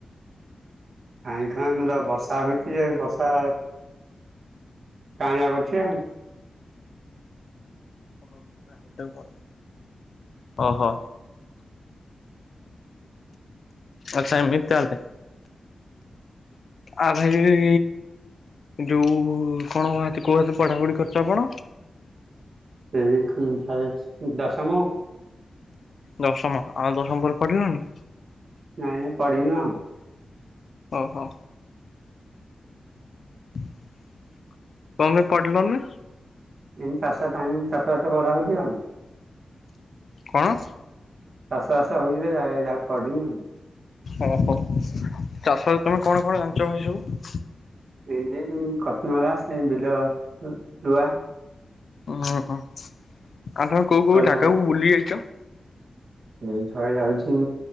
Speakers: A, on the right; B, on the left.
A: କାହିଁ କଣ ଏଇନେ ତ ବର୍ଷା ହଉଛି ଯେ ବର୍ଷା, କାଁଳିଆ କରୁଛି ଆଉ।
B: ଓହୋଃ! <inaudible> ଓହୋଃ! ଆଚ୍ଛା, ଏମିତି ତାହାଲେ। ଆଉ ଭାଇ ଯୋଉ କଣ କହୁନାହାନ୍ତି କୋଉ ହାଁତେ ପଢ଼ାପଢ଼ି କରିଛ ଆପଣ?
A: <unintelligible>
B: ଦଶମ ଆଉ ଦଶମ ପରେ ପଢ଼ିଲନି?
A: ନାଇଁ ପଢ଼ିନୁ ଆଉ।
B: ଓଉ ହୋ। କଣ ପାଇଁ ପଢ଼ିଲନି?
A: ଏମିତି ଚାଷ ଟାଇମ ଚାଷ ବାଷ କରାଯାଉଚି ଆଉ।
B: କଣ?
A: ଚାଷ ବାସ ହୋଉଚି ଯେ ଆଉ ପଢିନି ଆଉ।
B: ଓହୋ ଚାଷରେ ତମେ କଣ କଣ ଜାଣିଚ ସବୁ?
A: ଏ ଖତି ମରା ସେ ବିଲ ରୂଆ।
B: ଓଁ ଆଉ ତମେ କୋଉ କୋଉ
A: ତଳିମରା
B: ଜାଗାକୁ ବୁଲି ଯାଇଚ?
A: ଏଇ ଥର ଯାଇଚି,